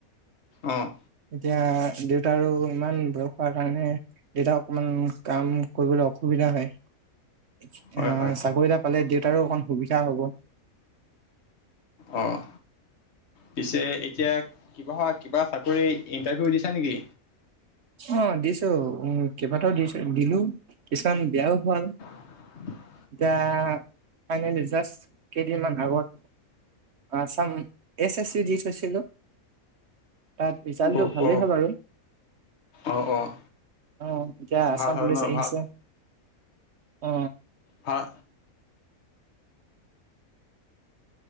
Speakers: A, on the left; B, on the right.
A: অ',
B: এতিয়া দেউতা আৰু ইমান বয়সহোৱাৰ কাৰণে। যেতিয়া অকমান কাম কৰিবলৈ অসুবিধা হয়। এহ
A: হয়, হয়,
B: চাকৰি এটা পালে দেউতাৰো অকণ সুবিধা হ'ব।
A: অহ। পিছে এতিয়া, কিবা-কিবা চাকৰি ইন্টাৰভিউ দিছা নেকি?
B: অ দিছো উ কেইবাটাও দিছো দিলো। কিছুমান বেয়াও ভাল।
A: <unintelligible>
B: এতিয়া ফাইনেলি জাষ্ট কেইদিনমান আগত। আচাম এছ-এছ-চি-দি থৈছিলো তাত ৰিজাল্টটো
A: অ',
B: ভালেই
A: অ',
B: হ'ল আৰু।
A: অ', অ',
B: অহ এতিয়া আসাম
A: ভাল হ'ল
B: পুলিচ
A: ন
B: আহিছে।
A: ভাল
B: অ।
A: ভাল